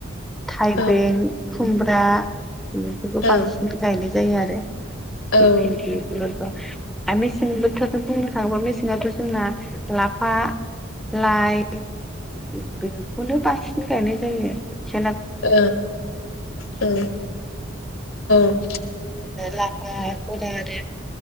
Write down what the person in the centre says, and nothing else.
थाइबें
खुमब्रा बेफोरखौ
बांसिन गायनाय जायो आरो
भिन्थि' आरो मेसें बोथोरजों बुंनो थाङोबा मेसें जनाथ' जोंना लाफा लाइ बेखौनो बांसिन गायनाय जायो खेला
लाफा गदा आरो